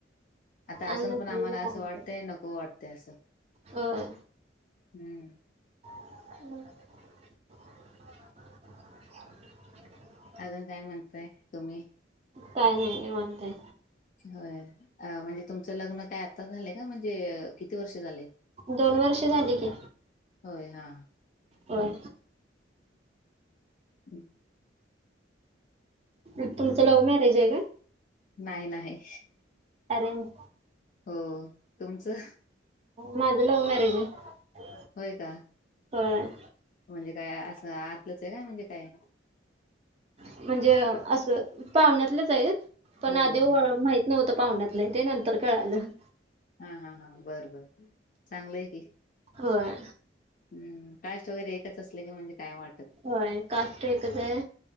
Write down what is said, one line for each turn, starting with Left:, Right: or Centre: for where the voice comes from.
Left: आता
Right: आणि
Left: असून
Right: नसलेली
Left: पण आम्हाला असं
Right: काम
Left: वाटतय
Right: करत
Left: नक हो वाटतय असं
Right: होय
Left: हम्म
Right: <inaudible>
Left: अजून काय म्हणताय तुम्ही
Right: काय नाही निवांतय
Left: होय अ म्हणजे तुमचं लग्न काय आता झालंय का म्हणजे किती वर्ष झाले
Right: दोन वर्ष झाली की
Left: होय हा
Right: होय
Left: हंम
Right: हम् तुमचं लव्ह मॅरेज आहे काय?
Left: नाही नाही.
Right: अरेंज
Left: हो, तुमचं?
Right: माझं लव्ह मॅरेज आहे.
Left: होय का.
Right: होय.
Left: म्हणजे काय असं आतलंच आहे काय म्हणजे काय?
Right: म्हणजे असं पाहुण्यातलेच आहेत पण
Left: हो
Right: आधी
Left: हो हा
Right: माहि नव्हतं पाहुण्यात नाही ते नंतर कळालं.
Left: हा हा हा बरं बर चांगलंय की.
Right: होय.
Left: हम्म काष्ट वगैरे एकच असले की म्हणजे काय वाट
Right: होय काष्ट एकच आहे